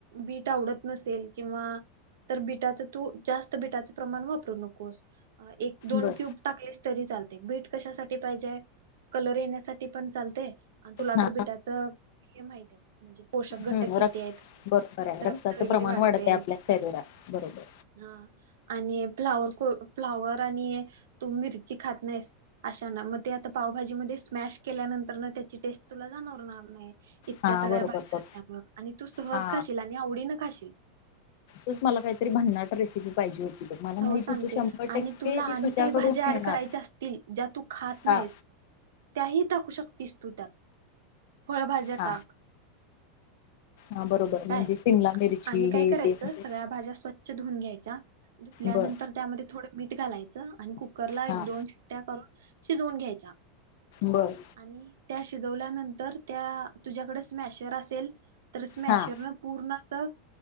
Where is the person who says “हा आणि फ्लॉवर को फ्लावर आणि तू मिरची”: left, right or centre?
Right